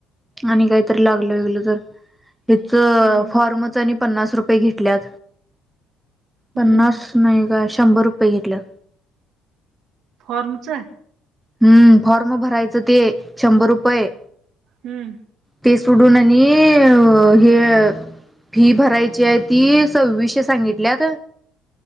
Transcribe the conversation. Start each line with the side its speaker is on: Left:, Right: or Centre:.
Centre: आणि काहीतरी लागलं बिगल तर. त्याच
Right: हम्म
Centre: फॉर्मच आणि पन्नास रुपये घेतल्यात.
Right: हम्म
Centre: पन्नास
Right: हम्म
Centre: नाही ग शंभर रुपये घेतलं.
Right: फर्मचे?
Centre: हम्म फॉर्म भरायचं ते शंभर रुपये
Right: हम्म.
Centre: ते सोडून आणि हे फी भरायची आहे ती सव्वीशे सांगितल्यात